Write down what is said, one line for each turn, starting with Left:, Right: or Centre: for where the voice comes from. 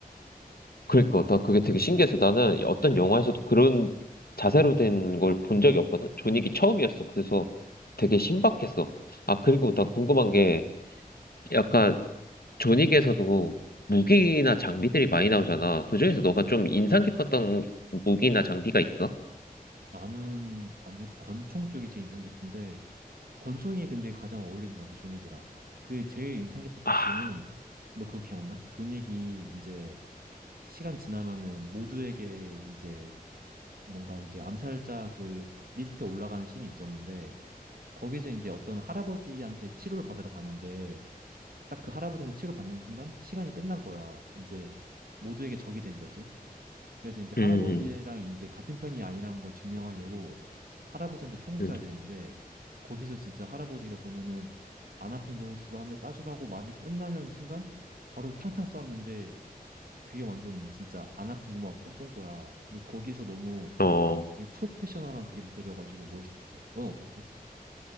Left: 그러니까, 나 그게 되게 신기해서 나는 어떤 영화에서도 그런 자세로 된 걸 본 적이 없거든? 존윅이 처음이었어. 그래서 되게 신박했어. 아, 그리고 나 궁금한 게 약간 존윅에서도 무기나 장비들이 많이 나오잖아. 그중에서 너가 좀 인상 깊었던 무기나 장비가 있어?
Right: 나는 아무래도 권총 쪽이 제일 인상 깊은데 권총이 근데 가장 어울리는 것 같아, 존윅이랑. 그 제일 인상 깊었던
Left: 아,
Right: 씬이 너 그거 기억나? 존윅이 이제 시간 지나면은 모두에게 이제 뭔가 이제 암살자 그 리스트에 올라가는 신이 있었는데 거기서 이제 어떤 할아버지한테 치료를 받으러 가는데 딱 그 할아버지한테 치료 받는 순간 시간이 끝난 거야. 이제 모두에게 적이 된 거지. 그래서 이제 할아버지랑
Left: 음,
Right: 이제 같은 편이 아니라는 걸 증명하려고 할아버지한테 총을 쏴야
Left: 음. 음.
Right: 되는데 거기서 진짜 할아버지가 그러면은 안 아픈 곳으로 한 대 쏴주라고 말을 끝나려는 순간 바로 탕탕 쐈는데 그게 완전 진짜 안 아픈 것만 쏙 쏜 거야. 근데 거기서 너무
Left: 어.
Right: 되게 프로페셔널한 그게 느껴져가지고 멋있었어. 넌 어땠어?